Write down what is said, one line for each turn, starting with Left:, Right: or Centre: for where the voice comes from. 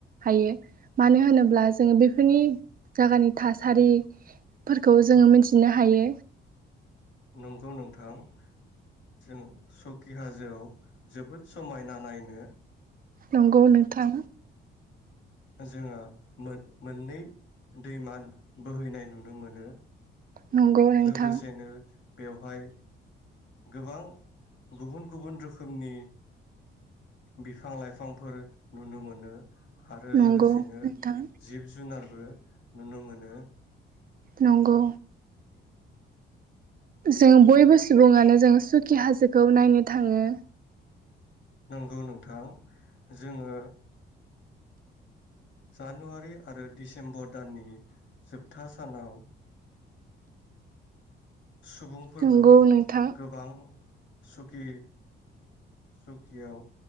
Right: हायो मानो होनोब्ला जोङो बेफोरनि जागानि थासारि फोरखौ जोङो मिन्थिनो हायो।
Left: नंगौ नोंथां। जों सखि हाजोआव जोबोद समायना नायनो
Right: नंगौ नोंथां।
Left: जोङो मोन-मोननै दैमा बोहैनाय नुनो मोनो।
Right: नंगौ नोंथां
Left: लोगोसेनो बेवहाय गोबां गुबुन गुबुन रोखोमनि बिफां लाइफांफोर नुनो मोनो। आरो
Right: नंगौ
Left: लोगोसेनो
Right: नोंथां
Left: जिब जुनारबो नुनो मोनो।
Right: नंगौ। जों बयबो सुबुङानो जों सुखि हाजोखौ नायनो थाङो।
Left: नंगौ नोंथां। जोङो जानुवारि आरो डिसेम्बर दाननि जोबथा सानाव सुबुंफोरखौ
Right: नंगौ नोंथां
Left: गोबां सुखि सुखियाव